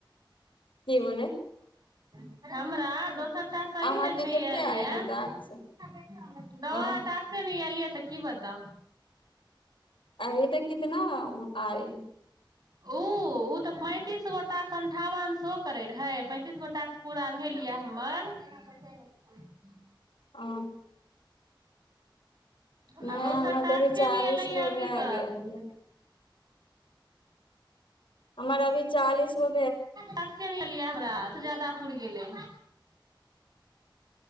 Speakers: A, on the left; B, on the right.
A: की बोले
B: <unintelligible> हमरा दोसर टास्क अभी
A: अहाँके
B: तक नहि
A: कते
B: आयल यऽ
A: ह तऽ
B: दवाटा।
A: आ
B: से नहि एलियिया तऽ कि बताउ?
A: अभी तक कितना आईएल?
B: ओ, ओ, तऽ पैंतीस गोटा अन्ठावन सए कऽ रहै, पैंतीस गोटा। पूरा भेल यऽ हमर। कसा लगत <unintelligible>
A: आ। नहि
B: आ दोसर
A: हमर
B: टास्के
A: तऽ अभी चालीसगो
B: नहि एले या अभी
A: भए
B: तक
A: गेल रहय। हमर अभी चालीसगो
B: टास्क न एलियै हमरा। सभसँ जादा पुअर गेलै।